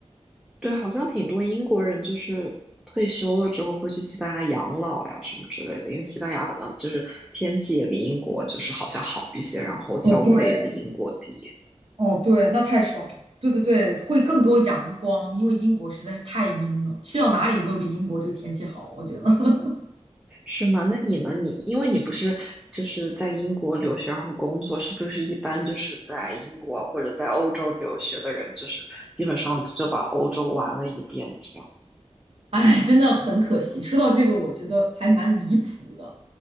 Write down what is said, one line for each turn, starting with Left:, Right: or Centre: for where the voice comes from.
Centre: <laughs> 对，好像挺多英国人就是退休了之后会去西班牙养老呀什么之类的，因为西班牙好像就是天气也比英国就是好像好一些，然后消费也比英国低。
Right: 哦对，哦对，那太爽了。对对对，会更多阳光，因为英国实在是太阴了，去到哪里都比英国这个天气好，我觉得。<laughs>
Centre: 是吗？那你呢？你因为你不是就是在英国留学然后工作，是不是一般就是在英国或者在欧洲留学的人，就是基本上就把欧洲玩了一遍这样？
Right: 哎，真的很可惜。说到这个，我觉得还蛮离谱的，